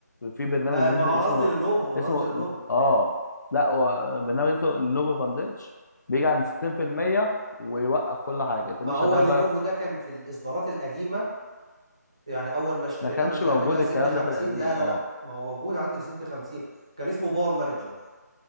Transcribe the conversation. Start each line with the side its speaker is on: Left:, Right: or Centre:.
Left: في برنامج
Right: آه
Left: بينزل
Right: ما هو انا
Left: اسمه
Right: قصدي لينوفو ما انا
Left: اسمه
Right: قصدي لينوفو
Left: اه لا هو برنامج اسمه لينوفو فانديتش بيجي عند 60% ويوقف كل حاجه تاني
Right: ما هو
Left: شغال
Right: اللينوفو
Left: بقى
Right: ده كان في الاصدارات القديمه يعني اول ما اشتريت
Left: ما كانش
Right: انا اللاب
Left: موجود
Right: بتاع
Left: الكلام
Right: زد 50
Left: ده في القديم
Right: لا لا
Left: اه
Right: لا ما هو موجود عندي في زد 50 كان اسمه باور مانجر